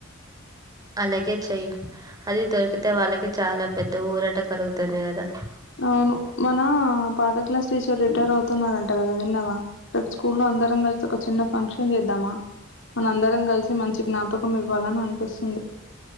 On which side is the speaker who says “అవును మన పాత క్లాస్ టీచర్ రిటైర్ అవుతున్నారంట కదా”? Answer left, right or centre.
Left